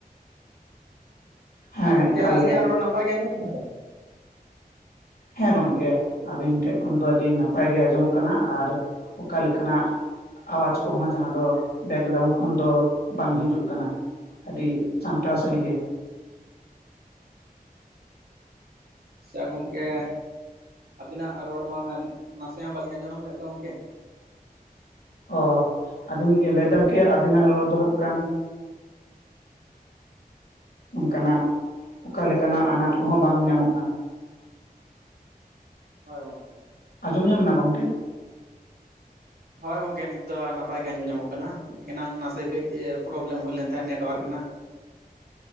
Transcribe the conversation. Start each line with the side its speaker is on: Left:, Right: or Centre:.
Right: ᱾
Left: ᱦᱮᱸ
Right: ᱟᱨ ᱜᱚᱝᱠᱮ
Left: ᱮᱠᱟᱞ
Right: ᱟᱞᱤᱧᱟᱜ
Left: ᱜᱮ
Right: ᱨᱚᱲ ᱱᱟᱯᱟᱭ ᱜᱮ ᱟᱸᱡᱚᱜ ᱠᱟᱱᱟ ᱛᱚ?
Left: ᱦᱮᱸ ᱜᱚᱝᱠᱮ ᱟᱹᱵᱤᱱ ᱴᱷᱮᱡ ᱠᱷᱚᱱ ᱫᱚ ᱟᱹᱰᱤ ᱱᱟᱯᱟᱭ ᱜᱮ ᱟᱸᱡᱚᱢᱚᱜ ᱠᱟᱱᱟ, ᱟᱨ ᱚᱠᱟ ᱞᱮᱠᱟᱱᱟᱜ ᱟᱣᱟᱡᱽ ᱠᱚᱦᱚᱸ ᱡᱟᱦᱟᱸ ᱫᱚ, ᱵᱮᱠᱜᱨᱟᱣᱩᱱᱰ ᱠᱷᱚᱱ ᱫᱚ ᱵᱟᱝ ᱦᱤᱡᱩᱜ ᱠᱟᱱᱟ᱾ ᱟᱹᱰᱤ ᱥᱟᱢᱴᱟᱣ ᱥᱟᱺᱦᱤᱡ ᱜᱮ
Right: ᱟᱪᱪᱷᱟ ᱜᱚᱝᱠᱮ ᱟᱹᱵᱤᱱᱟᱜ ᱨᱚᱲ ᱢᱟ ᱱᱟᱥᱮ ᱦᱚᱸ ᱵᱟᱹᱞᱤᱧ ᱟᱸᱡᱚᱢ ᱧᱟᱢ ᱞᱮᱫ ᱫᱚ ᱜᱚᱝᱠᱮ
Left: ᱚ ᱟᱫᱚᱧ ᱞᱟᱹᱭᱫᱟᱢ ᱠᱮ ᱟᱹᱵᱤᱱᱟᱜ ᱨᱚᱲ ᱫᱚ ᱦᱟᱸᱜ ᱠᱟᱱ ᱚᱝᱠᱟᱱᱟᱜ ᱚᱠᱟᱞᱮᱠᱟᱱᱟᱜ ᱟᱱᱟᱴ ᱠᱚᱦᱚᱸ ᱵᱟᱝ
Right: ᱦᱳᱭ
Left: ᱧᱟᱢᱚᱜ ᱠᱟᱱᱟ᱾
Right: ᱦᱳᱭ ᱜᱚᱝᱠᱮ᱾
Left: ᱟᱸᱡᱚᱢ ᱧᱟᱢ ᱮᱱᱟ ᱜᱚᱝᱠᱮ?
Right: ᱦᱳᱭ ᱜᱚᱝᱠᱮ ᱱᱤᱛ ᱫᱚ ᱱᱟᱯᱟᱭ ᱜᱮ ᱟᱸᱡᱚᱢ ᱧᱟᱢᱚᱜ ᱠᱟᱱᱟ, ᱮᱱᱟᱝ ᱱᱟᱥᱮ ᱠᱟᱹᱡ ᱯᱨᱚᱵᱞᱮᱢ ᱦᱩᱭ ᱞᱮᱱ ᱛᱟᱦᱮᱸᱫ ᱱᱮᱴᱣᱟᱨᱠ ᱨᱮᱱᱟᱜ᱾